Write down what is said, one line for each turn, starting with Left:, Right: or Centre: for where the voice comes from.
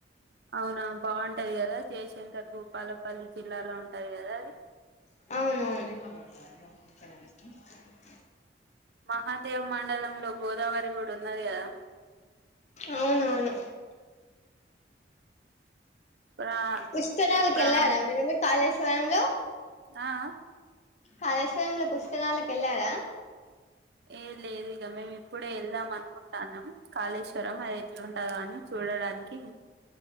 Right: అవునా బాగుంటది కదా జయశంకర్ భూపాలపల్లి జిల్లాలో ఉంటది కదా అది
Left: అవునవును
Right: మహాదేవ్ మండలంలో గోదావరి కూడా ఉన్నది కదా
Left: అవునవును
Right: ప్రా
Left: పుష్కరాలకి
Right: ప్రాన్
Left: వెళ్ళారా మీరు కాళేశ్వరం ఫోన్లు
Right: ఆ ఆ
Left: కాళేశ్వరంలో పుష్కరాలకు వెళ్ళారా
Right: ఏ లేదు ఇక మేము ఇప్పుడే వెళ్దాం అనుకుంటాన్నాం కాళేశ్వరం అది ఎట్లాంటదో అని చూడడానికి.